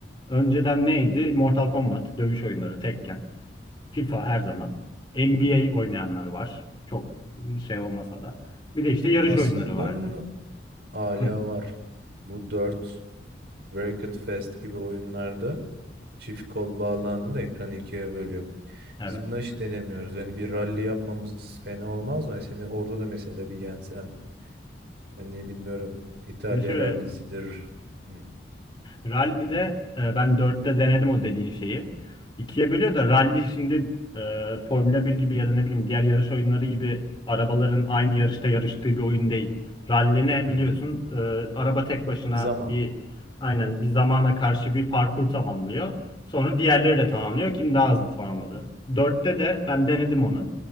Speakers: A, on the left (about 25°); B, on the right (about 65°).
A: Önceden neydi? Mortal Kombat, dövüş oyunları, Tekken, FIFA her zaman. NBA oynayanlar var. Çok şey olmasa da. Bir de işte yarış
B: Aslında
A: oyunları vardı.
B: hala
A: Hı,
B: var. Bu 4, Wrecked Fest gibi oyunlarda çift kol bağlandığında ekranı ikiye bölüyor.
A: evet.
B: Biz bunları hiç denemiyoruz. Yani bir rally yapmamız fena olmaz mı? Yani seni orada da mesela bir yensem. Ben ne bilmiyorum. İtalya
A: Şimdi şöyle
B: rallisidir. Hı.
A: Rally'de e, ben dörtte denedim o dediğin şeyi. İkiye bölüyor da rally şimdi e, Formula 1 gibi ya da ne bileyim diğer yarış oyunları gibi arabaların aynı yarışta yarıştığı bir oyun değil. Rally ne
B: Hı
A: biliyorsun?
B: hı.
A: E, araba tek başına
B: Zaman
A: bir aynen bir zamana karşı bir parkur tamamlıyor. Sonra diğerleri de tamamlıyor. Kim daha hızlı tamamladı? Dörtte de ben denedim onu.